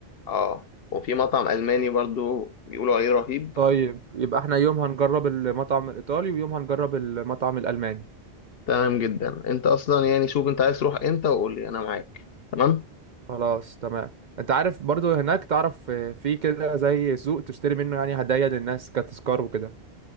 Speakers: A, on the left; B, on the right.
A: اه وفي مطعم ألماني برضو بيقولوا عليه رهيب
B: طيب يبقى احنا يوم هنجرب المطعم الايطالي ويوم هنجرب المطعم الالماني
A: تمام جدا انت اصلا يعني شوف انت عايز تروح امتى وقول لي انا معاك تمام
B: خلاص تمام انت عارف برضو هناك تعرف آه، في كده زي سوق تشتري منه يعني هدايا للناس كتذكار وكده